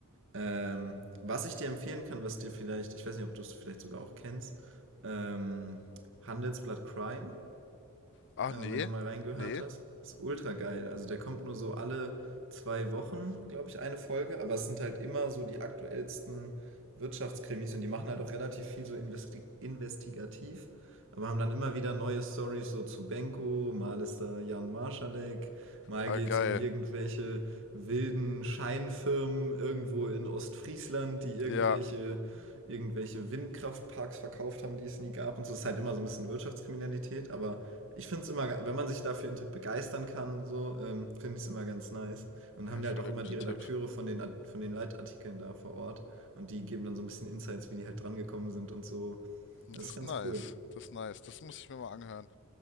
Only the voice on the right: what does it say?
Ähm, was ich dir empfehlen kann, was dir vielleicht ich weiß nicht, ob du es vielleicht sogar auch kennst, ähm, Handelsblatt Crime.
äh,
wenn du mal reingehört
hast. Ist ultra geil. Also der kommt nur so alle zwei Wochen, glaube ich, eine Folge, aber es sind halt immer so die aktuellsten Wirtschaftskrimis und die machen halt auch relativ viel so investi investigativ, aber haben dann immer wieder neue Stories so zu Benko, mal ist da Jan Marschalek, mal
geht's
um irgendwelche wilden Scheinfirmen irgendwo in Ostfriesland, die irgendwelche
irgendwelche Windkraftparks verkauft haben, die es nie gab und so. Es ist halt immer so ein bisschen Wirtschaftskriminalität, aber ich finde es immer, wenn man sich dafür begeistern kann, so, ähm, finde ich es immer ganz nice. Und dann haben
die
halt auch
immer
die
Redakteure von den, Art- von den Leitartikeln da vor Ort. Und die geben dann so ein bisschen Insights, wie die halt dran gekommen sind und so.
Das ist
ganz
cool.